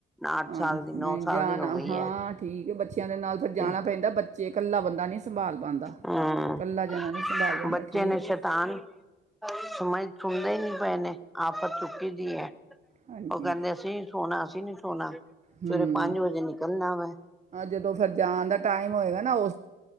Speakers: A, in the centre; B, on the right.
A: ਅੱਠ
B: ਹਾਂ
A: ਸਾਲ, ਦੀ ਨੋਂ
B: ਨਹੀਂ
A: ਸਾਲ
B: ਜਾਣਾ
A: ਦੀ, ਹੋ ਗਈ
B: ਹਾਂ
A: ਹੈ।
B: ਠੀਕ ਹੈ ਬੱਚਿਆਂ ਦੇ ਨਾਲ ਫਿਰ ਜਾਣਾ
A: ਤੇ
B: ਪੈਂਦਾ। ਚੇ ਕੱਲਾ ਬੰਦਾ ਨੀ ਸੰਭਾਲ ਪਾਉਂਦਾ,
A: ਹਮ
B: ਕੱਲਾ ਜਨਾ ਨੀ ਸੰਭਾਲ ਪਾਉਂਦਾ
A: ਬੱਚੇ
B: ਠੀਕ
A: ਨੇ ਸ਼ੈਤਾਨ
B: ਹੈ।
A: ਸਮਝ ਸੁਣਦੇ ਹੀ ਨੀ ਪਏ ਨੇ। ਆਫ਼ਤ ਚੁੱਕੀ ਦੀ ਹੈ।
B: ਹਾਂਜੀ
A: ਉਹ ਕਹਿੰਦੇ ਸੀ ਸੋਣਾ ਸੀ। ਕਿੰਨੇ ਸੋਣਾ?
B: ਹੂੰ
A: ਸਵੇਰੇ ਪੰਜ ਵਜੇ ਨਿਕਲਣਾ ਵੇ।
B: ਜਦੋਂ, ਫਿਰ ਜਾਣ ਦਾ ਟਾਈਮ ਹੋਏਗਾ ਨਾ ਓਦ